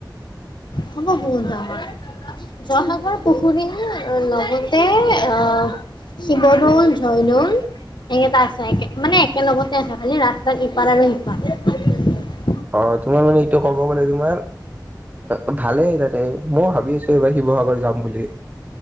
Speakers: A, on the left; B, on the right.
A: হ'ব বহত ডাঙৰ। জয়সাগৰ পুখুৰীৰ লগতে অঁ শিৱদৌল, জয়দৌল একেইটা আছে মানে একে লগতে আছে। খালি ৰাস্তাত ইপাৰ আৰু সিপাৰ।
B: অঁ তোমাৰ মানে এইটো ক'ব। ক'ব গ'লে তোমাৰ অঁ ভালেই তাতে। মইওঁ ভাবি আছোঁ। এইবাৰ শিৱসাগৰ যাম বুলি